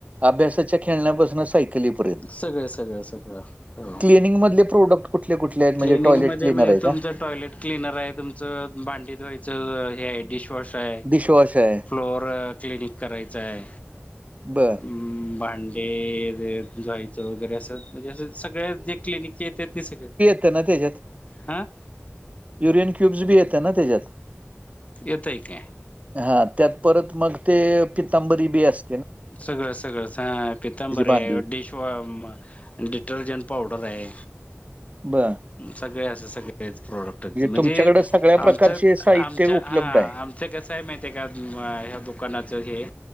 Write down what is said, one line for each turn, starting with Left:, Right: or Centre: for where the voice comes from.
Right: अभ्यासाच्या खेळण्यापासून सायकलीपर्यंत
Left: सगळ सगळं सगळं हो
Right: ंगेमिंग मधले प्रोडक्ट कुठले कुठले? आहेत म्हणजे
Left: क्लिनिकमध्ये
Right: टॉयलेट क्लिनर
Left: मिळ- म्हणजे
Right: आहे
Left: तुमचं
Right: का
Left: टॉयलेट क्लनर आहे तुमचं भांडी धुवायचं हे आहे डिश फ्लश आहे
Right: डिशवॉश आहे
Left: फ्लोअर क्लिन करायच आहे.
Right: बर
Left: अमम भांजे जायचं वगैरे असंच म्हणजे असंच सगळ्यात जे क्लिनिक येते ते सगळ
Right: त्यांना त्याज्यात
Left: हा.
Right: युरियन क्युब्ज बी येते ना त्याज्यात
Left: येतय की.
Right: हा त्यात परत मग ते पितांबरी बी अस
Left: सगळं सगळं हा पितांबरी
Right: भांडी.
Left: आहे डिश वॅश अ म डिटर्जन्ट पावडर आहे.
Right: बर.
Left: सगळे असं सगळेच प्रोडक्टये म्हणजे
Right: तुमच्याकडे सगळ्या
Left: आमचं
Right: प्रकारचे साहित्य
Left: आमच्या
Right: उपलब्ध
Left: हा
Right: आहे.
Left: आमचं कसं आहे माहित आहे का ह्या दुकानाचं हे